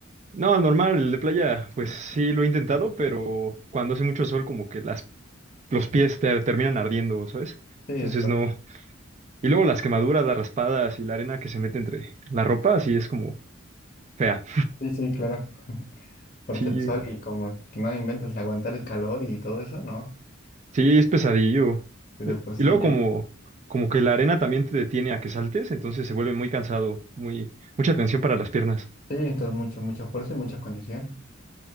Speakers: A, on the right; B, on the left.
A: No, normal, el de playa, pues
B: Sí,
A: sí lo he intentado, pero cuando hace mucho sol, como que las los pies te terminan ardiendo, ¿sabes?
B: es
A: Entonces
B: parte.
A: no. Y luego las quemaduras, las raspadas y la arena que se mete entre la ropa, sí es como fea.
B: Sí, sí, claro. <laughs> Parte
A: Sí,
B: el sol y como que no inventes aguantar el calor y todo eso, ¿no?
A: sí es pesadillo.
B: Y de
A: Eh,
B: por sí
A: Y luego
B: ya.
A: como, como que la arena también te detiene a que saltes, entonces se vuelve muy cansado, muy, mucha tensión para las piernas.
B: Sí, entonces mucho, mucha fuerza y mucha condición.